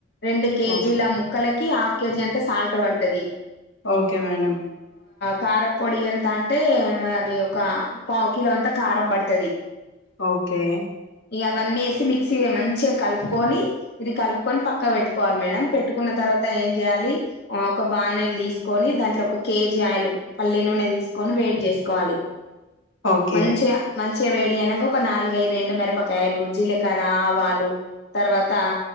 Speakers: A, on the left; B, on the left.
A: రెండు కేజీల
B: ఓకే
A: ముక్కలకి హాఫ్ కేజీ అంతా సాల్ట్ పడతది
B: ఓకే మేడం
A: కారపొడి ఎంత అంటే ఒకే ఒక పావకిిలో అ కారం పడతది
B: ఓకే
A: ఇ అవి అన్ని ఎసి మక్సీ మంచి కొంచెం కలుపుకొని ఇది కలుపుకొని పక్కన పెట్టుకోవాలి మేడం పెట్టుకున్న తర్వాత ఏం చేయాలి ఆ ఒక బానేలు తీసుకొని కొని దాంట్లో ఒక కేజీ ఆయిలు పల్లి నూనె తీసుకొని వెడి చేసుకోవాలి
B: ఓకే
A: మంచిగా మంచి మంచిగ వేడి అయినాక ఒక నాలుగైదు ఎండు మిరపకాయలు జీలకర్ర ఆవాలు తర్వాత